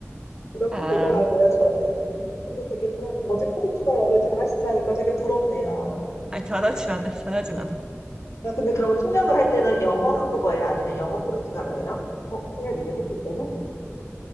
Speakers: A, on the left; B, on the right.
A: 이렇게
B: 아,
A: 되더라고요, 저는. 근데 되게 불안, 뭐지? 포르투갈어를 잘하신다니까 되게 부럽네요.
B: 아 잘하진 않아요. 잘하진 않아요.
A: 아, 근데 그러면 통역을 할 때는 영어 한국어예요? 아니면 영어 포르투갈어예요? 어, 통역 일을 했을 때는?